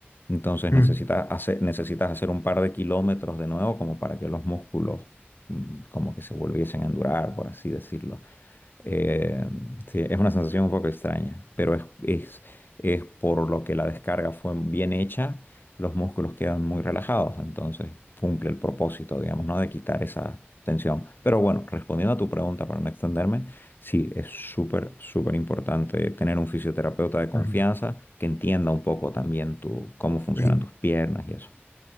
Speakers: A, on the left; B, on the left.
A: Entonces
B: Mm,
A: necesitas hacer, necesitas hacer un par de kilómetros de nuevo como para que los músculos mm, como que se volviesen a endurar, por así decirlo. Eh, sí, es una sensación un poco extraña, pero es, es, es por lo que la descarga fue bien hecha los músculos quedan muy relajados, entonces cumple el propósito, digamos, ¿no? De quitar esa tensión. Pero bueno, respondiendo a tu pregunta para no extenderme, sí, es súper, súper importante tener un fisioterapeuta de confianza
B: ujú.
A: que entienda un poco también tu, cómo funcionan
B: Y,
A: tus piernas y eso.